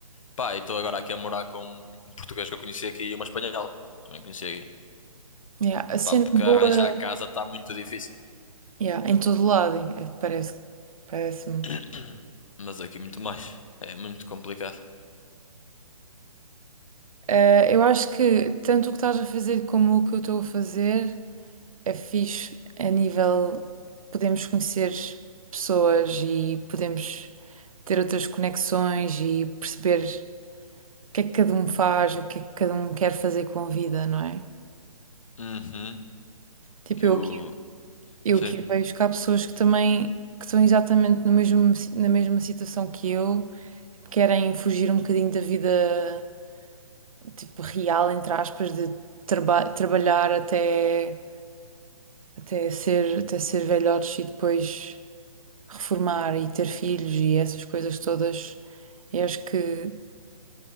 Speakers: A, on the left (about 60°); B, on the right (about 65°).
A: Pá, e estou agora aqui a morar com um um português que eu conheci aqui e uma espanhola, que eu também conheci aqui.
B: Yeah. A cena
A: Pá, porque
B: boa.
A: arranjar casa está muito difícil,
B: Yeah. Em todo lado, eh, parece, parece-me.
A: <clears throat> mas aqui muito mais, é muito complicado.
B: Eh, eu acho que tanto o que estás a fazer como o que eu estou a fazer é fixe a nível podemos conhecer pessoas e podemos ter outras conexões e perceber o que é que cada um faz, o que é que cada um quer fazer com a vida, não é?
A: Uhum,
B: Tipo,
A: que
B: eu
A: o...
B: aqui, eu
A: Sim.
B: aqui vejo que há pessoas que também que estão exatamente no mesmo, na mesma situação que eu, tipo, querem fugir um bocadinho da vida tipo real, entre aspas, de traba- trabalhar até até ser, até ser velhotes e depois reformar e ter filhos e essas coisas todas. Eu acho que